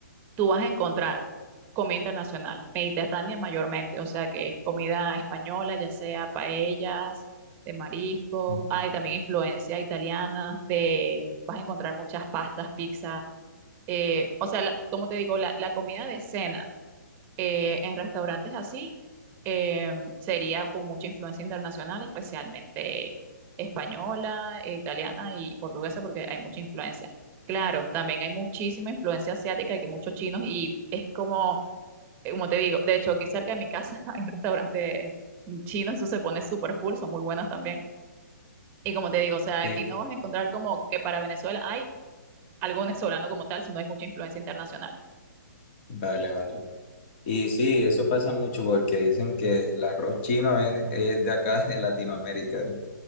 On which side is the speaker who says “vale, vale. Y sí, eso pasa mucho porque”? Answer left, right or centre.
Left